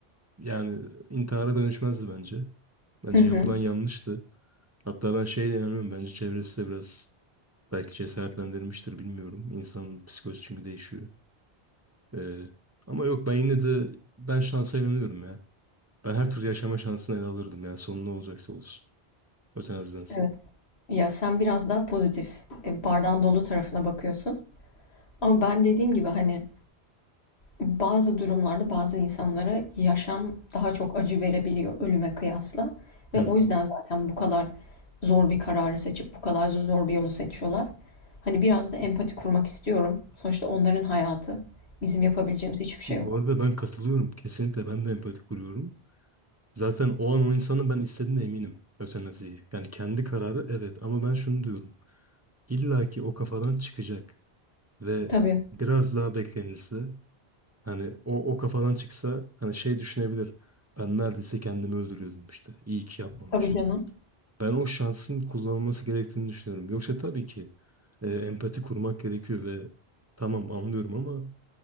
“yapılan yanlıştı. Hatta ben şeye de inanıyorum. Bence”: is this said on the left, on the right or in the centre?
Right